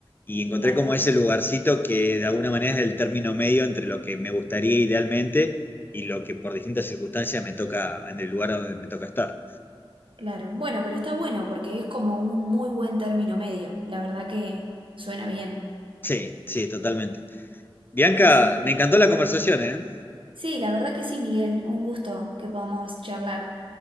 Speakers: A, on the left; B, on the right.
A: Y encontré
B: Claro,
A: como ese lugarcito que de alguna manera es el término medio entre lo que me gustaría idealmente y lo que por distintas circunstancias me toca, en el lugar donde me toca estar.
B: claro. Bueno, pero está bueno porque es como un muy buen término medio. La verdad que suena bien.
A: Sí, sí, totalmente. Bianca,
B: Así que,
A: me encantó
B: bueno.
A: la conversación, ¿eh?
B: Sí, la verdad que sí, Miguel. Un gusto que podamos charlar.